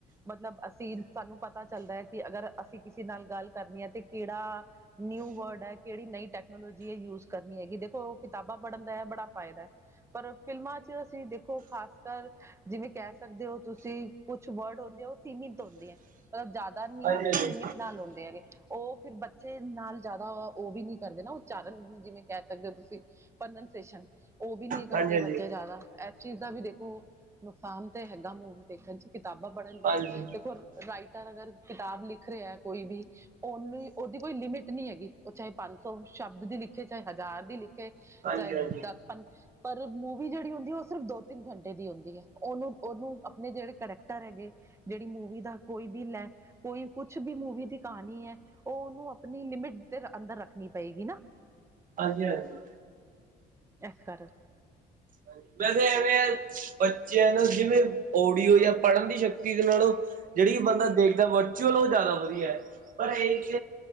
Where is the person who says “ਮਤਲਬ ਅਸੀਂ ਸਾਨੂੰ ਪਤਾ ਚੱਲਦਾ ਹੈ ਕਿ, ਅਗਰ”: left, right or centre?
Right